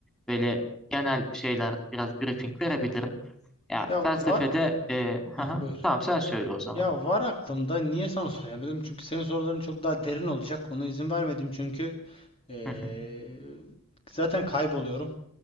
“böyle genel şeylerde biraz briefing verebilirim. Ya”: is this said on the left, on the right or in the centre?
Centre